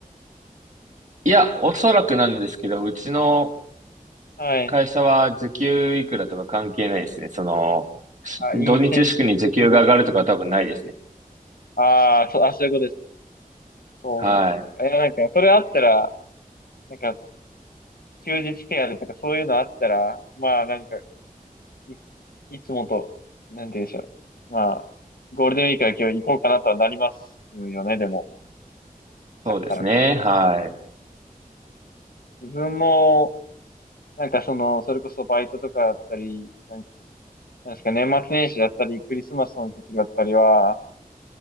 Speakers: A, on the right; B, on the left.
A: いや、おそらくなんですけど、うちの
B: はい。
A: 会社は時給いくらとか関係ないですね。その、し土日祝に時給が上がるとかは多分ないですね。
B: あ、インセンティブ、ああ、そう、あ、そういうことです。そうか。
A: はい。
B: いや、なんか、それあったら、なんか、休日手当とかそういうのあったら、まあ、なんか、い、いつもと、なんて言うんでしょう。まあ、ゴールデンウィークは今日行こうかなとはなりますよね、でも、
A: そうですね。
B: あったら。
A: は
B: 自分も、なんかその、それこそバイトとかだったり、なんなんですか、年末年始だったり、クリスマスの時期だったりは、